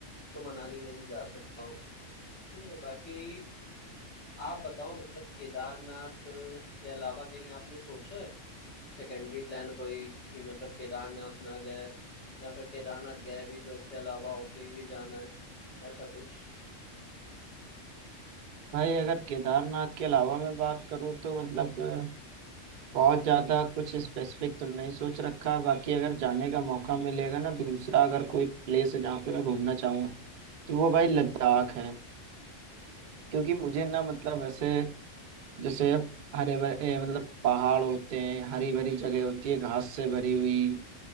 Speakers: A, on the left (about 60°); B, on the right (about 65°).
A: तो मनाली में भी जा सकता हूँ ठीक है बाकी आप बताओ मतलब केदारनाथ के अलावा कहीं आपने सोचा है सेकेंडरी प्लान कोई कि मतलब केदारनाथ ना गए या फिर केदारनाथ गए भी तो इसके अलावा और कहीं भी जाना है ऐसा कुछ
B: भाई अगर केदारनाथ के अलावा मैं बात करूँ तो मतलब अ, बहुत ज़्यादा कुछ स्पेसिफिक तो नहीं सोच रखा बाकी अगर जाने का मौका मिलेगा ना दूसरा अगर कोई प्लेस है जहाँ पे मैं घूमना चाहूँगा तो वो भाई लद्दाख है क्योंकि मुझे ना मतलब ऐसे जैसे हरे भरे ए, मतलब पहाड़ होते हैं हरी भरी जगह होती है घास से भरी हुई